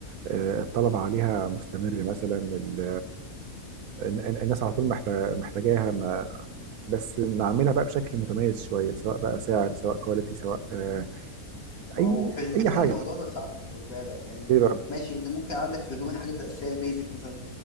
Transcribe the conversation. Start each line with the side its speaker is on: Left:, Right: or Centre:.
Right: آه، الطلب عليها مستمر مثلا ال- ال- ال- الناس على طول محتا- محتاجاها ما بس نعملها بقى بشكل متميز شويه سواء بقى سعر سواء كواليتي سواء آه،
Left: ما
Right: اي
Left: هو في الهدوم
Right: اي حاجه
Left: الموضوع ده صعب خد بالك يعني
Right: ايه بقى
Left: ماشي انت ممكن عندك في الهدوم الحاجات الاساسية البيزك مثلا